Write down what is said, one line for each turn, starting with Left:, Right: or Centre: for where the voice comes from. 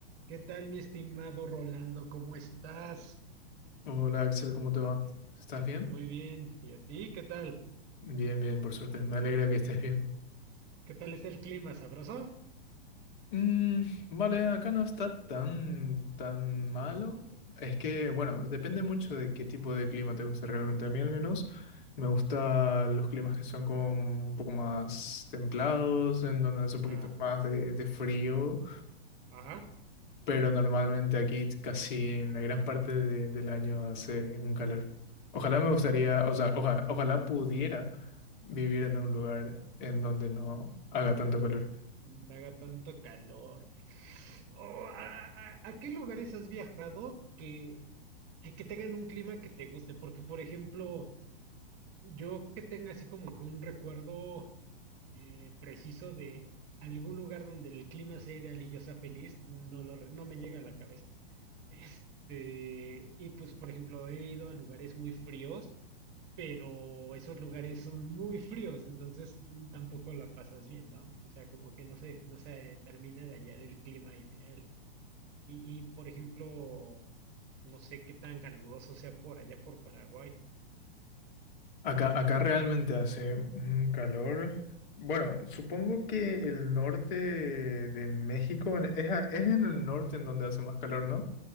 Right: ¿Qué tal, mi estimado Rolando? ¿Cómo estás?
Left: Hola Axel, ¿cómo te va? ¿Estás bien?
Right: Muy bien. ¿Y a ti? ¿Qué tal?
Left: Bien, bien, por suerte. Me alegra que estés bien.
Right: ¿Qué tal está el clima? ¿Sabroso?
Left: Mm, vale, acá no está tan, tan malo. Es que, bueno, depende mucho de qué tipo de clima te gusta realmente. A mí al menos me gustan los climas que son como un poco más templados, en donde hace un poquito
Right: Ah,
Left: más de, de frío.
Right: ajá.
Left: pero normalmente aquí casi en la gran parte de- del año hace un calor. Ojalá me gustaría, o sea, ojalá, ojalá pudiera vivir en un lugar en donde no haga tanto calor.
Right: No haga tanto calor. Oh, ¿a, a- a qué lugares has viajado que, que, que tengan un clima que te guste? Porque, por ejemplo, yo que tenga así como que un recuerdo eh, preciso de algún lugar donde el clima sea ideal y yo sea feliz, no lo, re- no me llega a la cabeza. Este, y pues, por ejemplo, he ido a lugares muy fríos, pero esos lugares son muy fríos, entonces mm, tampoco la pasas bien, ¿no? O sea, como que no se, no se termina de hallar el clima ideal. Y, y, por ejemplo, no sé qué tan caluroso sea por allá por Paraguay.
Left: Acá, acá realmente hace un calor. Bueno, supongo que el norte de México es, a- es en el norte en donde hace más calor, ¿no?